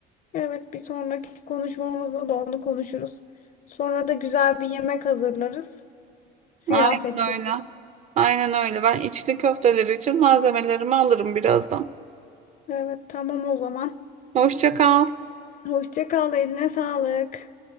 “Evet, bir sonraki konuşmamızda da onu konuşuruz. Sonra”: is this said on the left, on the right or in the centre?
Left